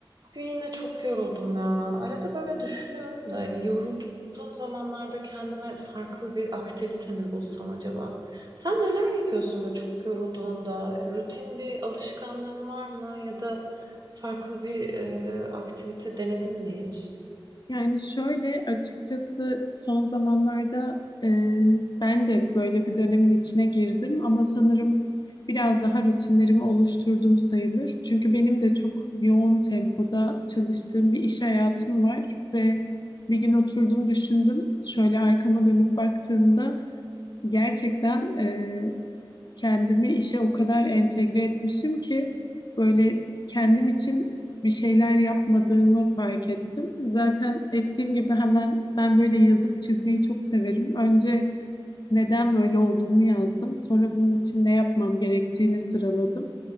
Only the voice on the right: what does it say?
Bugün yine çok yoruldum ya. Arada böyle düşünüyorum da e, yorulduğum zamanlarda kendime farklı bir aktivite mi bulsam acaba? Sen neler yapıyorsun böyle çok yorulduğunda? Rutin bir alışkanlığın var mı? Ya da farklı bir e, aktivite denedin mi hiç?